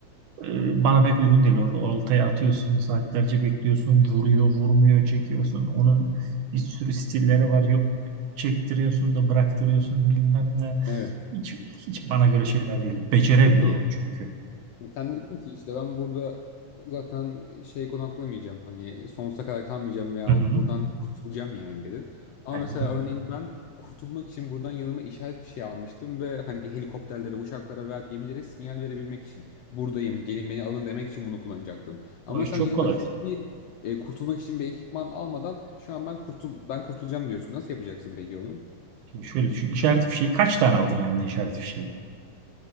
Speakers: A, on the right (about 80°); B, on the left (about 80°).
A: Ee, bana pek uygun değil orada. Oltaya atıyorsun, saatlerce bekliyorsun, vuruyor, vurmuyor, çekiyorsun. Onun bir sürü stilleri var. Yok çektiriyorsun da bıraktırıyorsun bilmem ne.
B: Evet.
A: Hiç, hiç bana göre şeyler değil. Beceremiyorum
B: Peki
A: çünkü.
B: E, Sen dedin ki işte ben burada zaten şey konaklamayacağım. Hani sonsuza kadar kalmayacağım veyahut
A: Hı hı.
B: buradan kurtulacağım yani dedin. Ama
A: Aynen
B: mesela
A: öyle.
B: örneğin ben kurtulmak için buradan yanıma işaret fişeği almıştım ve hani helikopterlere, uçaklara veya gemilere sinyal verebilmek için buradayım, gelin beni alın demek için bunu kullanacaktım. Ama
A: O iş
B: sen
A: çok
B: yanına
A: kolay.
B: hiçbir e, kurtulmak için bir ekipman almadan şu an ben kurtul ben kurtulacağım diyorsun. Nasıl yapacaksın peki onu?
A: Şimdi şöyle düşün. İşaret fişeği kaç tane aldın yanına işaret fişeği?